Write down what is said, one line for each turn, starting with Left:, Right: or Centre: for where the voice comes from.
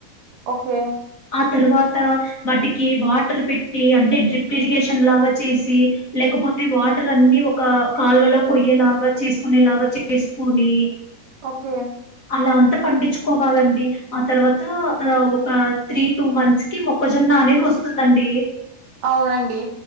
Right: ఓకే
Left: ఆ తర్వాత వాటికి వాటర్ పెట్టి అంటే డ్రిప్ ఇరిగేషన్ లాగా చేసి లేకపో కొద్ది వాటర్ అన్ని ఒక కాల్వలో పోయేలాగా చేసుకునేలాగా చేసుకొని
Right: ఓకే
Left: అలా అంత పండించుకోవాలండి ఆ తర్వాత ఒక త్రీ టూ మంత్స్ కి మొక్కజొన్న అనేది వస్తుందండి
Right: అవునండి